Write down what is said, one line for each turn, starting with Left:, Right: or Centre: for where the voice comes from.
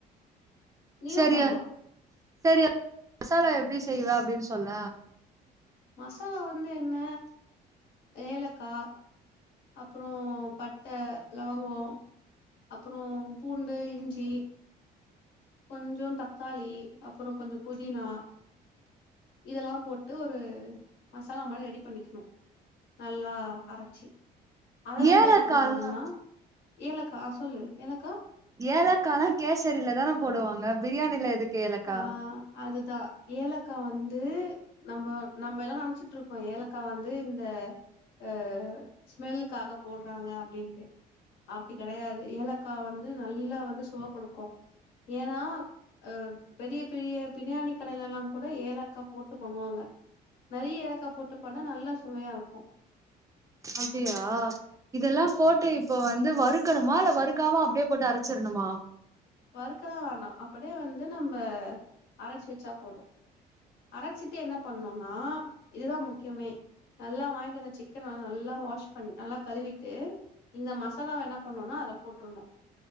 Left: நீயு
Right: சரியா
Left: பண்லா
Right: சரி மசாலா எப்டி செய்வ அப்டின் சொல்ல
Left: மசாலா வ ந்து என்ன ஏலக்கா அப்புறோ பட்ட லவங்கோ அப்புறோ பூண்டு இஞ்சி கொஞ்சம் தக்காளி அப்பறம் கொஞ்ச புதினா இதெல்லாம் போட்டு ஒரு மசாலா மாரி ரெடி பண்ணிக்கணும் நல்லா அரச்சி அத வந்து
Right: ஏலகால்ன்னு
Left: என்ன பண்ணனுனா ஏலக்கா அ சொல்லு ஏலக்கா
Right: ஏலக்காலாம் கேசரில தான போடுவாங்க பிரியாணில எதுக்கு ஏலக்கா
Left: ஆ அதுதா ஏலக்கா வந்து நம்ம நம்ம எல்லாம் நினைச்சுட்டு இருக்கோம் ஏலக்கா வந்து இந்த அஹ் ஸ்மெல்லுக்காக போட்றாங்க அப்டின்ட்டு அப்டி கெடையாது ஏலக்கா வந்து நல்லா வந்து சுவை கொடுக்கும் ஏன்னா அஹ் பெரிய பெரிய பிரியாணி கடேலெல்லா கூட ஏலக்கா போட்டு பண்ணுவாங்க நெறைய ஏலக்கா போட்டு பண்ணா நல்ல சுவையா இருக்கூ
Right: அப்டியா இதெல்லா போட்டு இப்ப வந் இத வருக்கணுமா இல்ல வருக்காம அப்டேப் போட்டு அரச்சிடணுமா
Left: வறுக்கலாம் வேணாம் அப்டியே வந்து நம்ம அரைச்சு வச்சா போதும் அரச்சிட்டு என்ன பண்ணணும்னா இதுதான் முக்கியமே நல்லா வாங்ட்டு வந்த சிக்கன நல்லா வாஷ் பண்ண நல்லா கழுவிட்டு இந்த மசாலாவ என்ன பண்ணும்னா அதுல போட்ருணும்